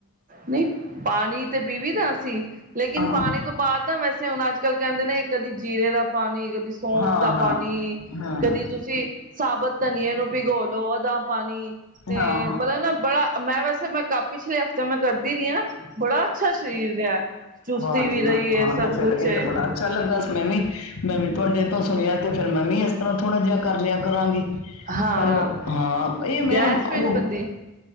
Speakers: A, on the right; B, on the left.
A: ਨਹੀਂ ਪਾਣੀ ਤੇ ਪੀਵੀ ਨਾ ਅਸੀਂ ਲੇਕਿਨ
B: ਹਾਂ
A: ਪਾਣੀ ਤੋਂ ਬਾਅਦ ਦਾ ਵੈਸੇ ਹੁਣ ਅੱਜ ਕ ਨਾਲ ਕਹਿੰਦੇ ਨੇ ਕਦੇ ਜੀਰੇ ਦਾ ਪਾਣੀ ਕ ਸੌਂਫ
B: ਹਾਂ
A: ਦਾ
B: ਹਾਂ
A: ਪਾਣੀ
B: ਹਾਂ
A: ਕਦੀ ਤੁਸੀਂ ਸਾਬਤ ਧਨੀਏ ਨੂੰ ਭਿਗੋ ਲੋਂਗ ਦਾ ਪਾਣੀ ਤੇ
B: ਹਾਂ
A: ਮਤਲਬ ਨਾ ਬੜਾ ਮੈਂ ਵੈਸੇ ਮੈਂ ਪਿਛਲੇ ਹ ਤਾਂ, ਮੈਂ ਕਰਦੀ ਰਹੀ ਹਾਂ। ਬੜਾ ਅੱਛਾ ਸਰੀਰ ਰਿਹਾ। ਚੁਸਤੀ
B: ਵਾਹ
A: ਵੀ
B: ਜੀ ਵਾਹ
A: ਰਹੀਏ,
B: ਹਾਂ
A: ਸਭ
B: ਤੇ ਫਿਰ
A: ਕੁਛ
B: ਇਹ
A: ਏ।
B: ਤਾਂ ਬੜਾ ਅੱਛਾ ਲੱਗਾ ਸੀ। ਮੈਂ ਵੀ, ਮੈਂ ਵੀ ਤੁਹਾਡੇ ਤੋਂ ਸੁਣਿਆ 'ਤੇ ਫੇਿਰ ਮੈਂ ਵੀ ਇਸ ਤਰ੍ਹਾਂ ਥੋੜਾ ਜਿਹਾ ਕਰ ਲਿਆ ਕਰਾਂਗੀ।
A: ਹਾਂ
B: ਪਰ ਹਾਂ। ਇਹ ਮੈਂ
A: ਗੈਸ
B: ਉਹ
A: ਵੀ ਨੀ ਬਣਦੀ